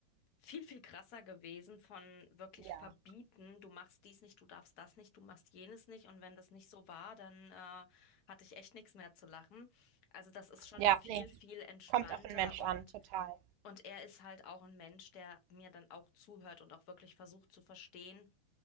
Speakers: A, on the left; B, on the right.
A: viel, viel krasser gewesen von wirklich
B: Ja.
A: verbieten, du machst dies nicht, du darfst das nicht, du machst jenes nicht und wenn das nicht so war, dann äh, hatte ich echt nichts mehr zu lachen. Also das ist schon
B: Ja,
A: viel,
B: nee,
A: viel entspannter
B: kommt auf den Mensch
A: und,
B: an, total.
A: und er ist halt auch ein Mensch, der mir dann auch zuhört und auch wirklich versucht zu verstehen.